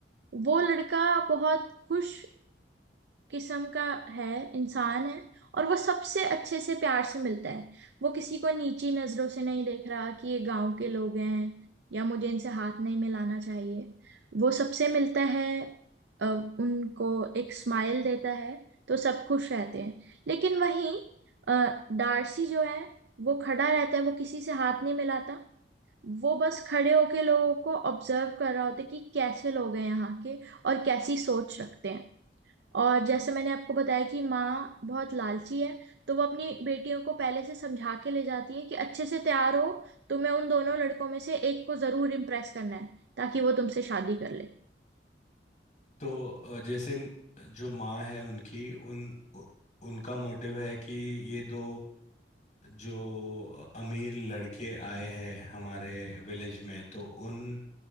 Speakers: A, on the right (about 75°); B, on the left (about 45°).
A: वो लड़का बहुत खुश किस्म का है इंसान है और वो सबसे अच्छे से प्यार से मिलता है वो किसी को नीची नजरों से नहीं देख रहा कि ये गांव के लोग हैं या मुझे इनसे हाथ नहीं मिलाना चाहिए वो सबसे मिलता है अ, उनको एक स्माइल देता है तो सब खुश रहते हैं लेकिन वहीं अ, डार्सी जो है वो खड़ा रहता है वो किसी से हाथ नहीं मिलाता वो बस खड़े होके लोगों को ऑब्जर्व कर रहा होता है कि कैसे लोग हैं यहाँ के और कैसी सोच रखते हैं और जैसे मैंने आपको बताया कि माँ बहुत लालची है तो वो अपनी बेटियों को पहले से समझा के ले जाती है कि अच्छे से तैयार हो तुम्हें उन दोनों लड़कों में से एक को जरूर इम्प्रेस करना है ताकि वो तुमसे शादी कर ले
B: तो अ, जैसे म- जो माँ है उनकी उन उ- उनका मोटिव है कि ये दो जो अमीर लड़के आए हैं हमारे विलेज में तो उन